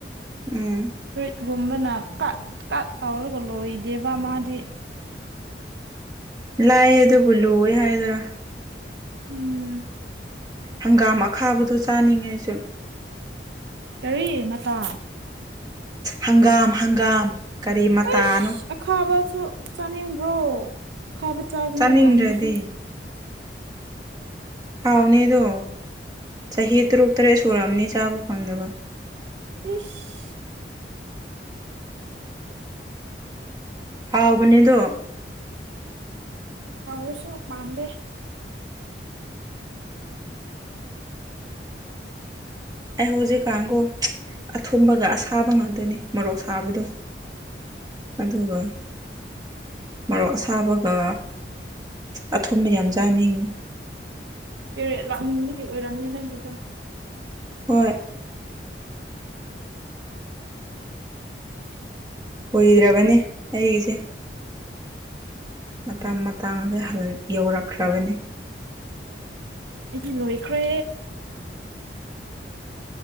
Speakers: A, on the right; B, on the right.
A: ꯎꯝ
B: ꯐ꯭ꯔꯨꯏꯠꯀꯨꯝꯕꯅ ꯀꯛ ꯀꯠ ꯇꯧꯔꯒ ꯂꯣꯏꯗꯦꯕ ꯃꯥꯗꯤ
A: ꯂꯥꯏꯑꯦ ꯑꯗꯨꯕꯨ ꯂꯨꯋꯦ ꯍꯥꯏꯗꯣꯏꯔꯥ
B: ꯎꯝ
A: ꯍꯪꯒꯥꯝ ꯑꯈꯥꯕꯗꯣ ꯆꯥꯅꯤꯡꯉꯦ ꯑꯩꯁꯨ <inaudible>
B: <unintelligible>
A: ꯍꯪꯒꯥꯝ ꯍꯪꯒꯥꯝ ꯀꯔꯤ ꯃꯇꯥꯅꯣ
B: ꯑꯩꯁ ꯑꯈꯥꯕꯁꯨ ꯆꯥꯅꯤꯡꯕ꯭ꯔꯣ ꯈꯥꯕ ꯆꯥꯒꯅꯨ
A: ꯆꯥꯅꯤꯡꯗ꯭ꯔꯗꯤ
B: ꯀꯪꯕꯅꯤ
A: ꯍꯥꯎꯕꯅꯦ ꯑꯗꯨ ꯆꯍꯤ ꯇꯔꯨꯛ ꯇꯔꯦꯠ ꯁꯨꯔꯛꯑꯕꯅꯤ ꯆꯥꯕ ꯐꯪꯗꯕ
B: ꯏꯁꯁ
A: ꯍꯥꯎꯕꯅꯦꯗꯨ
B: ꯍꯥꯎꯔꯁꯨ ꯄꯥꯝꯗꯦ
A: ꯑꯩ ꯍꯧꯖꯤꯛꯀꯥꯟꯒꯣ ꯑꯊꯨꯝꯕꯒ ꯑꯁꯥꯕ ꯉꯥꯛꯇꯅꯤ ꯃꯣꯔꯣꯛ ꯁꯥꯕꯗꯣ ꯑꯗꯨꯒ ꯃꯔꯣꯛ ꯑꯁꯥꯕꯒ ꯑꯊꯨꯝꯕ ꯌꯥꯝ ꯆꯥꯅꯤꯡꯉꯤ
B: ꯄꯦꯔꯦꯠ ꯂꯥꯛꯅꯤꯡꯕꯒꯤ ꯑꯣꯏꯔꯝꯅꯤ ꯅꯪꯒꯤꯗꯣ
A: ꯍꯣꯏ
B: <unintelligible>
A: ꯀꯨꯏꯗ꯭ꯔꯕꯅꯦ ꯑꯩꯒꯤꯁꯦ ꯃꯇꯝ ꯃꯇꯥꯡꯗ <unintelligible> ꯌꯧꯔꯛꯈ꯭ꯔꯕꯅꯤ <unintelligible>
B: ꯑꯩꯗꯤ ꯂꯣꯏꯈ꯭ꯔꯦ